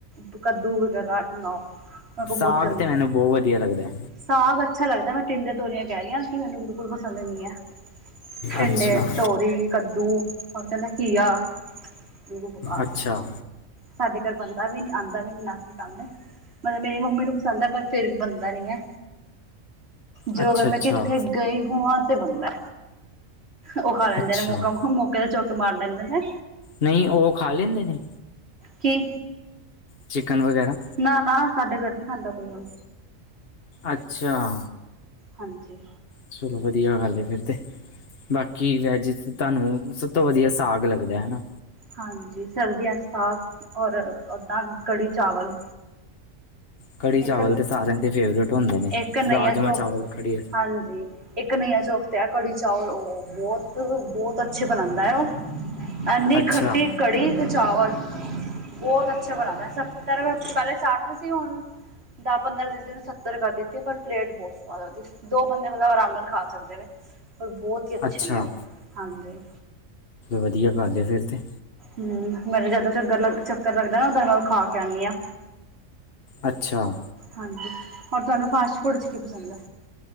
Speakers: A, on the right (about 50°); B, on the left (about 50°).
A: ਤੂੰ ਕੱਦੂ ਵਗੈਰਾ ਨੋ ਮੇਰੇ ਕੋਲ ਬਹੁਤ
B: ਸਾਗ
A: ਗੰਦ
B: ਤਾਂ ਮੈਨੂੰ ਬਹੁਤ ਵਧੀਆ ਲੱਗਦਾ
A: ਸਾਂਗ ਅੱਛਾ ਲੱਗਦਾ, ਮੈਂ ਟਿੰਡੇ ਤੋਰੀਆਂ ਕਹਿ ਰਹੀ ਹਾਂ ਕਿ, ਮੈਨੂੰ ਬਿਲਕੁੱਲ ਪਸੰਦ ਨਹੀ ਐ। ਟਿੰਡੇ,
B: ਅੱਛਾ
A: ਤੋਰੀ। ਕੱਦੂ ਹੋਰ ਕਹਿੰਦਾ, ਘੀਆ ਬਿੱਲਕੁੱਲ ਬੇਕਾਰ।
B: ਅੱਛਾ
A: ਸਾਡੇ ਘਰ ਬੰਨਦਾ ਵੀ ਨੀ, ਆਂਦਾ ਵੀ ਨੀ ਨਾ ਅਸੀ ਖਾਂਦੇ। ਮਤਲਬ ਮੇਰੀ ਮੰਮੀ ਨੂੰ ਪਸੰਦ ਐ, ਪਰ ਫੇਰ ਵੀ ਬੰਨਦਾ ਨੀ ਐ। ਜੋ
B: ਅੱਛਾ
A: ਮੈਂ
B: ਅੱਛਾ
A: ਕਿੱਥੇ ਗਈ ਹੂਆ ਤੇ ਬਣਦਾ। ਉਹ ਖਾ ਲੈਂਦੇ
B: ਅੱਛਾ
A: ਨੇ, ਮੌਕਾ -ਮੌਕੇ ਤੇ ਚੌਕੇ ਮਾਰ ਲੈਂਦੇ ਨੇ।
B: ਨਹੀ ਉਹ ਖਾਂ ਲੈਂਦੇ ਨੇ?
A: ਕੀ?
B: ਚਿਕਨ ਵਗੈਰਾ।
A: ਨਾ ਨਾ ਸਾਡੇ ਘਰ ਨੀ ਖਾਂਦਾ ਕੋਈ ਹੁਣ।
B: ਅੱਛਾ ਆ।
A: ਹਾਂਜੀ।
B: ਚਲੋ ਵਧੀਆ, ਗੱਲ ਏ ਫਿਰ ਤੇ। ਬਾਕੀ ਵੈਜ 'ਚ ਤੁਹਾਨੂੰ ਸਭ ਤੋਂ ਵਧੀਆ ਸਾਂਗ ਲੱਗਦਾ ਹਨਾ।
A: ਹਾਂਜੀ, ਸਰਦੀਆਂ 'ਚ ਸਾਂਗ ਔਰ ਉੱਦਾਂ ਕੜੀ ਚਾਵਲ।
B: ਕੜੀ
A: ਇੱਕ
B: ਚਾਵਲ ਤੇ ਸਾਰਿਆਂ ਦੇ ਫੇਵਰੇਟ ਹੁੰਦੇ। ਨੇ
A: ਇੱਕ ਘੱਨਇਆ
B: ਰਾਜਮਾਂ
A: ਚੌਕ
B: ਚਾਵਲ ਕੜੀ
A: ਹਾਂਜੀ। ਇੱਕ ਘੱਨਈਆ ਚੌਕ ਤੇ ਆ ਕੜੀ ਚਾਵਲ ਉਹ ਬਹੁਤ-ਬਹੁਤ ਅੱਛੇ ਬਣਾਉਂਦਾ ਹੈ ਉਹ ਐਨੀ
B: ਅੱਛਾ
A: ਖੱਟੀ ਕੜੀ ਤੇ ਚਾਵਲ। ਬਹੁਤ ਅੱਛੇ ਬਣਾਂਦਾ ਸੱਤਰ ਰੁਪਏ ਪਹਿਲੇ ਸੱਠ ਸੀ ਹੁਣ ਦਸ-ਪੰਦਰਾਂ ਦਿਨ ਤੇ ਉਹਨ ਸ ਦਿੱਤੀ ਪਰ ਪਲੇਟ ਬਹੁਤ ਸਵਾਦ ਲੱਗਦੀ ਦੋ ਬੰਦੇ ਮਤਲਬ ਆਰਾਮ ਨਾਲ ਖਾ ਸਕਦੇ ਨੇ। ਪਰ ਬਹੁਤ ਹੀ ਅੱਛੇ
B: ਅੱਛਾ
A: ਨੇ <inaudible> ਉਹ ਹਾਂਜੀ
B: ਵਧੀਆ ਕਰਦੇ ਫਿਰ ਤੇ
A: ਹੂੰ ਮੇਰੇ ਜਦੋਂ ਚੱਕਰ ਲ ਚੱਕਰ ਲੱਗਦਾ ਨਾ ਉਦਰ ਮੈਂ ਉਹ ਖਾ ਕੇ ਆਉਂਦੀ ਹਾਂ।
B: ਅੱਛਾ
A: ਹਾਂਜੀ ਹੋਰ ਤੁਹਾਨੂੰ ਫਾਸਟ-ਫੂਡ ਚ ਕੀ ਪਸੰਦ ਐ।